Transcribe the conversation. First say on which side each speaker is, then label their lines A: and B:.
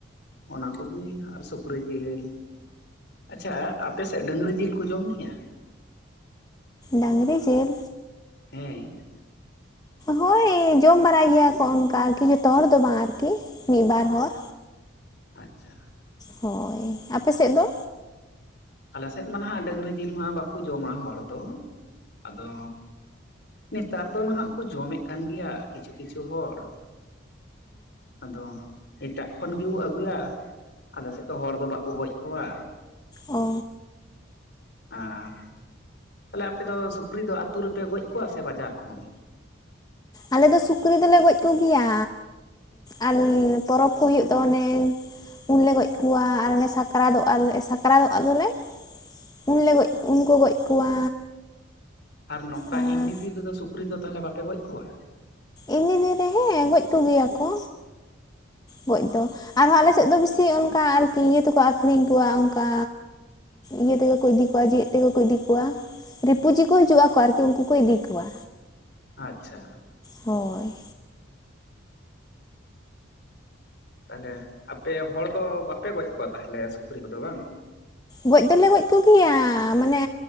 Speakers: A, on the left; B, on the left.
A: ᱚᱱᱟᱠᱜᱮ ᱟᱨ ᱥᱩᱠ ᱠᱨᱤ ᱡᱮᱞ, ᱟᱪᱪᱷᱟ ᱟᱯᱮᱥᱮᱫ ᱰᱟᱹᱝᱨᱤ ᱡᱤᱞ ᱠᱚ ᱡᱚᱢ ᱜᱤᱭᱟ?
B: ᱰᱟᱝᱨᱤ ᱡᱤᱞ?
A: ᱦᱮᱸ
B: ᱦᱳᱭ ᱡᱚᱢ ᱵᱟᱨᱟᱭ ᱜᱮᱭᱟ ᱠᱚ ᱚᱱᱠᱟ ᱟᱨᱠᱤ ᱡᱚᱛᱚ ᱦᱚᱲ ᱫᱚ ᱵᱟᱝ ᱟᱨᱠᱤ ᱢᱤᱫ ᱵᱟᱨ ᱦᱚᱲ᱾
A: ᱟᱪᱪᱷᱟ
B: ᱦᱳᱭ᱾ ᱟᱯᱮ ᱥᱮᱫ ᱫᱚ?
A: ᱟᱞᱮ ᱥᱮᱫ ᱢᱟ ᱱᱟᱦᱟᱜ ᱰᱟᱝᱨᱤ ᱡᱤᱞ ᱢᱟ ᱵᱟᱠᱚ ᱡᱚᱢᱟ ᱦᱚᱲ ᱫᱚ, ᱟᱫᱚ ᱱᱮᱛᱟᱨ ᱫᱚ ᱱᱟᱦᱟᱜ ᱠᱚ ᱡᱚᱢᱮᱫ ᱠᱟᱱ ᱜᱤᱭᱟ ᱠᱤᱪᱷᱩ ᱠᱤᱪᱷᱩ ᱦᱚᱲ᱾ ᱟᱫᱚ, ᱮᱴᱟᱜ ᱠᱷᱚᱱ ᱜᱮᱣ ᱟᱹᱜᱩᱭᱟ ᱟᱞᱮᱥᱮᱫ ᱫᱚ ᱦᱚᱲ ᱫᱚ ᱵᱟᱠᱚ ᱜᱚᱡ ᱠᱚᱣᱟ᱾
B: ᱚ
A: ᱟᱨ ᱛᱟᱦᱞᱮ ᱟᱯᱮ ᱫᱚ ᱥᱩᱠᱨᱤ ᱫᱚ ᱟᱹᱛᱩ ᱨᱮᱯᱮ ᱜᱚᱡ ᱠᱚᱣᱟ ᱥᱮ ᱵᱟᱡᱟᱨ ᱠᱷᱚᱱ?
B: ᱟᱞᱮ ᱫᱚ ᱥᱩᱠᱨᱤ ᱫᱚᱞᱮ ᱜᱚᱡ ᱠᱚᱜᱮᱭᱟ ᱟᱞ ᱯᱚᱨᱚᱵᱽ ᱠᱚ ᱦᱩᱭᱩᱜ ᱫᱚ ᱚᱱᱮ ᱩᱱᱞᱮ ᱜᱚᱡ ᱠᱚᱣᱟ ᱟᱨ ᱚᱱᱮ ᱥᱟᱠᱨᱟᱛᱚᱜᱼᱟᱞᱮ ᱥᱟᱠᱨᱟᱛᱚᱜ ᱫᱚᱞᱮ, ᱩᱱᱞᱮ ᱜᱚᱡ ᱩᱱᱠᱚ ᱜᱚᱡ ᱠᱚᱣᱟ᱾
A: ᱟᱨ ᱱᱚᱝᱠᱟ
B: ᱟᱨ
A: ᱮᱢᱱᱤ ᱫᱤᱱ ᱨᱮᱫᱚ ᱥᱩᱠᱨᱤ ᱫᱚ ᱛᱟᱦᱚᱞᱮ ᱵᱟᱯᱮ ᱜᱚᱡ ᱠᱚᱣᱟ?
B: ᱤᱢᱱᱤ ᱫᱤᱱ ᱨᱮ ᱦᱮᱸ ᱜᱚᱡ ᱠᱚᱜᱮᱭᱟᱠᱚ, ᱜᱚᱡ ᱫᱚ ᱟᱨᱦᱚᱸ ᱟᱞᱮ ᱥᱮᱫ ᱫᱚ ᱵᱮᱥᱤ ᱚᱱᱠᱟ ᱟᱨᱠᱤ ᱤᱭᱟᱹ ᱛᱮᱠᱚ ᱟᱠᱷᱨᱤᱧ ᱠᱚᱣᱟ ᱚᱱᱠᱟᱻᱻ ᱤᱭᱟᱹ ᱛᱮᱜᱮ ᱠᱚ ᱤᱫᱤ ᱠᱚᱣᱟ ᱡᱮᱣᱮᱫ ᱛᱮᱜᱮ ᱠᱚ ᱤᱫᱤ ᱠᱚᱣᱟ ᱨᱤᱯᱩᱡᱤ ᱠᱚ ᱦᱤᱡᱩᱜ ᱟᱠᱚ ᱟᱨᱠᱤ ᱩᱱᱠᱩ ᱠᱚ ᱤᱫᱤ ᱠᱚᱣᱟ᱾
A: ᱟᱪᱪᱷᱟ᱾
B: ᱦᱚᱭ
A: ᱛᱟᱦᱚᱞᱮ ᱟᱯᱮ ᱦᱚᱲ ᱫᱚ ᱵᱟᱯᱮ ᱜᱚᱡ ᱠᱚᱣᱟ ᱛᱟᱦᱚᱞᱮ ᱥᱩᱠᱨᱤ ᱠᱚᱫᱚ ᱵᱟᱝ?
B: ᱜᱚᱡ ᱫᱚᱞᱮ ᱜᱚᱡ ᱠᱚᱜᱤᱭᱟ ᱢᱟᱱᱮᱼᱼ